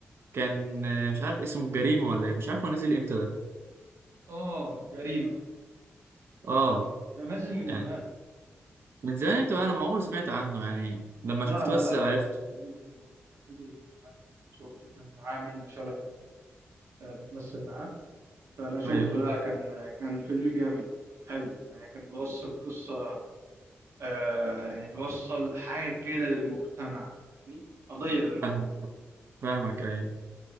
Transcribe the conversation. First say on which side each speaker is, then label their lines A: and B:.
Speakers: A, on the right; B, on the right.
A: كان آه، مش عارف اسمه الجريمه ولا ايه مش عارف هو نزل امتى ده
B: اه الجريمة
A: اه
B: ده نازل من
A: يعني
B: زمان
A: من زمان امتى بقى انا ما عمري سمعت عنه يعني لما
B: لا
A: شفته
B: لا
A: بس عرفته
B: لا لا لا نزل من زمان نزل من زمان وشفته كان معاه منة شلبي آه، بتمثل معاه فأنا شفته
A: ايوه
B: لا كان كان فيلم جامد حلو يعني كان بيوصل قصة آه يعني بيوصل حاجة كده للمجتمع فاهمني قضية للمجتمع
A: فاهم فاهمك ايوه